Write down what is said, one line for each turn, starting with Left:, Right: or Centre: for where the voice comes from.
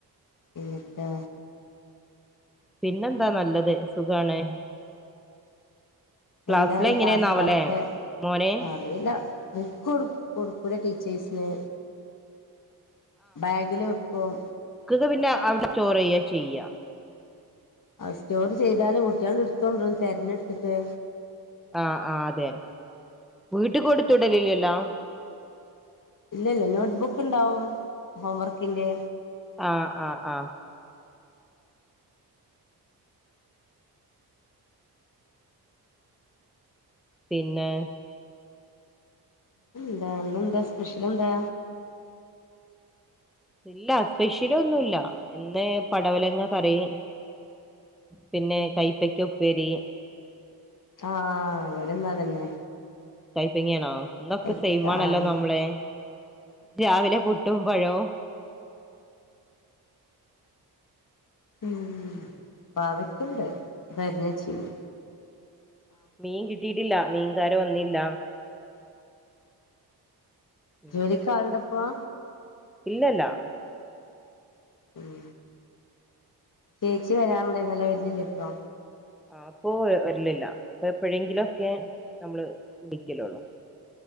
Left: പിന്നെന്താ
Centre: പിന്നെന്താ നല്ലത് സുഖാണ്. ക്ലാസ്സില്
Left: എന്തായി
Centre: എങ്ങനെയാന്നാവല്ലേ
Left: ടാസ്കളൊക്കെ
Centre: മോന്
Left: അറില്ല. ബുക്ക് കൊടുക്കുല ടീച്ചേഴ്സ്ന്. ബാഗില് വെക്കും.
Centre: ക്കുക പിന്നെ അവിടെ സ്റ്റോർ ചെയ്യ ചെയ്യാം.
Left: ആ സ്റ്റോർ ചെയ്തല് കുട്ടികള് എടുത്തോണ്ടരും തെരഞ്ഞ് എടുത്തിട്ട്.
Centre: ആഹ് ആ് അതെ വീട്ടിക്ക് കൊടുത്ത് വിടലില്ലല്ലോ?
Left: ഇല്ല ഇല്ല നോട്ട്ബുക്ക് ഉണ്ടാവും ഹോം വർക്കിന്റെ.
Centre: ആഹ് ആഹ ആഹ് പിന്നെ
Left: എന്താ ഇന്നെന്താ സ്പെഷ്യൽ എന്താ.
Centre: ഇല്ല സ്പെഷ്യല് ഒന്നുമില്ല ഇന്ന് പടവലങ്ങ കറി. പിന്നെ കൈപ്പക്ക ഉപ്പേരി.
Left: ആഹ ഇവിടുന്ന് അതന്നെ.
Centre: കൈപ്പങ്ങിയ ആണോ ഇന്നൊക്കെ
Left: കൈപ്പക്ക
Centre: സെമാണല്ലോ
Left: ആഹ്
Centre: നമ്മളെ രാവിലെ പുട്ടും പഴവും.
Left: ഉ പാവക്കണ്ട് അറിഞ്ഞു വെച്ച്ണ്.
Centre: മീൻ കിട്ടിയിട്ടില്ല മീൻകാര് വന്നില്ല. ഉം
Left: ജോലിക് ആളുണ്ടപ്പൊ?
Centre: ഇല്ലല്ല.
Left: ഉം ചേച്ചി വരാനണ്ട വരുന്നിലെ ഇപ്പൊ
Centre: ആ അപ്പൊ വരലില്ല ഇപ്പ എപ്പോഴെങ്കിലുംക്കെ നമ്മള് വിളിക്കലോള്ളൂ.